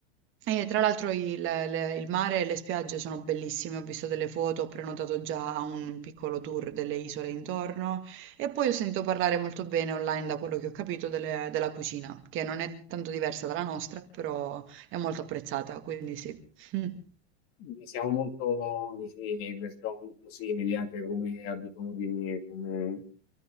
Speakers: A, on the right; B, on the left.
A: E tra l'altro il, le- il mare e le spiagge sono bellissime, ho visto delle foto, ho prenotato già un piccolo tour delle isole intorno e poi ho sentito parlare molto bene online da quello che ho capito delle- della cucina, che non è tanto diversa dalla nostra, però è molto apprezzata, quindi sì. <laughs>
B: Quindi Siamo molto vicini, perciò molto simili anche come abitudini, e come...